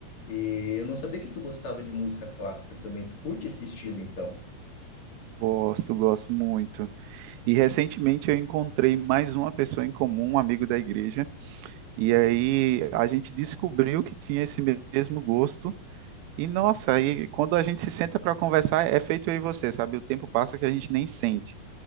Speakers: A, on the left (about 50°); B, on the right (about 85°).
A: E eu não sabia que tu gostava de música clássica também. Tu curte esse estilo, então?
B: Gosto, gosto muito. E recentemente eu encontrei mais uma pessoa em comum, um amigo da igreja, e aí a gente descobriu que tinha esse mesmo gosto. E nossa, aí quando a gente se senta para conversar, é feito eu e você, sabe? O tempo passa que a gente nem sente.